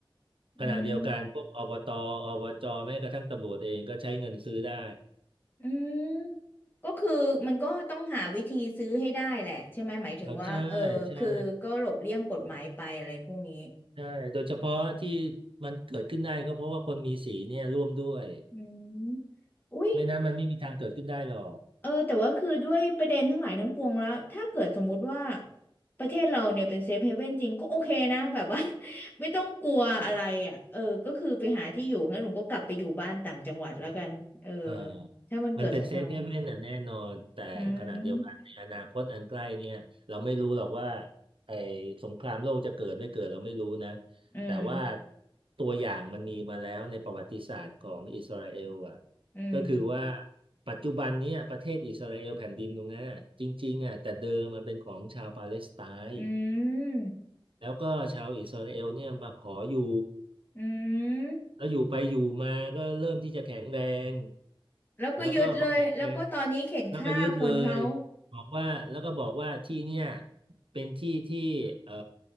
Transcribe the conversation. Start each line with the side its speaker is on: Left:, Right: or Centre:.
Left: อืม
Right: ขณะเดียวกันพวกอบตอบจแม้กระทั่งตำรวจเองก็ใช้เงินซื้อได้
Left: อืมก็คือมันก็ต้องหาวิธีซื้อให้ได้แหละใช่ไหมหมายถึงว่าเออคือก็หลบเลี่ยงกฎหมายไปอะไรพวกนี้
Right: เอาใช่ใช่ ใช่โดยเฉพาะที่มันเกิดขึ้นได้ก็เพราะว่าคนมีสีเนี่ยร่วมด้วย
Left: อืมอุ้ย
Right: ไม่นั้นมันไม่มีทางเกิดขึ้นได้หรอก
Left: เออแต่ว่าคือด้วยประเด็นทั้งหลายทั้งปวงแล้วถ้าเกิดสมมุติว่าประเทศเราเนี่ยเป็นเซฟเฮเว่นจริงก็โอเคนะแบบว่า <laughs> ไม่ต้องกลัวอะไรอ่ะเออก็คือไปหาที่อยู่งั้นหนูก็กลับไปอยู่บ้านต่างจังหวัดแล้วกันเออ
Right: เออ
Left: ถ้ามันเกิดสงคราม
Right: มันเป็นเซฟเฮเว่นน่ะแน่นอนแต่ขณะเดียวกันในอนาคตอันใกล้เนี่ยเราไม่รู้หรอกว่า
Left: อืม
Right: ไอ้สงครามโลกจะเกิดไม่เกิดเราไม่รู้นะ
Left: อืม
Right: แต่ว่าตัวอย่างมันมีมาแล้วในประวัติศาสตร์ของอิสราเอลอ่ะ
Left: อืม
Right: ก็คือว่าปัจจุบันเนี้ยประเทศอิสราเอลแผ่นดินตรงนั้นอะจริงๆอ่ะแต่เดิมมันเป็นของชาวปาเลสไตน์
Left: อืม
Right: แล้วก็ชาวอิสราเอลเนี่ยมาขออยู่
Left: อืม
Right: แล้วอยู่ไปอยู่มาก็เริ่มที่จะแข็งแรง
Left: แล้วก็ยึดเลยแล้วก็ตอนนี้เข็นฆ่าคนเขา
Right: แล้วก็พอแข็งแรงแล้วก็ยึดเลยบอกว่าแล้วก็บอกว่าที่เนี่ยเป็นที่ที่เอ่อ